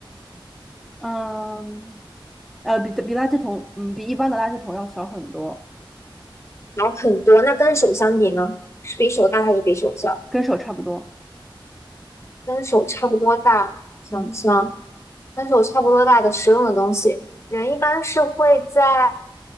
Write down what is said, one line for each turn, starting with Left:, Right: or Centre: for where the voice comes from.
Centre: 嗯，呃，比比垃圾桶，嗯，比一般的垃圾桶要小很多，
Left: 然后很多，那跟手相比呢？是比手大还是比手小？
Centre: 跟手差不多，
Left: 跟手差不多大，想想
Centre: 嗯，
Left: 跟手差不多大的实用的东西，人一般是会在